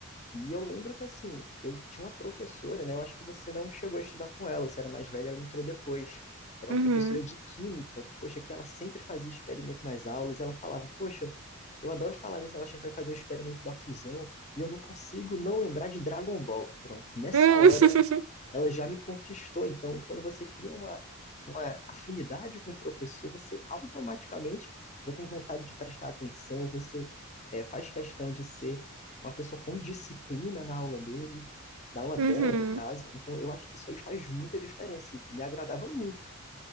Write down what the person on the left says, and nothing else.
E eu lembro que, assim, eu tinha uma professora, né? Eu acho que você não chegou a estudar com ela, você era mais velha, ela entrou depois. Era
uma professora de química, poxa, que ela sempre fazia experimento nas aulas. Ela falava, poxa, eu adoro falar desse negócio, a gente vai fazer o experimento da fusão, e eu não consigo não lembrar de Dragon Ball. Pronto, nessa
hora ela já me conquistou. Então, quando você cria uma, uma afinidade com o professor, você automaticamente já tem vontade de prestar atenção, você é, faz questão de ser uma pessoa com disciplina na aula dele, na aula dela,
no caso. Então, eu acho que isso aí faz muita diferença e me agradava muito.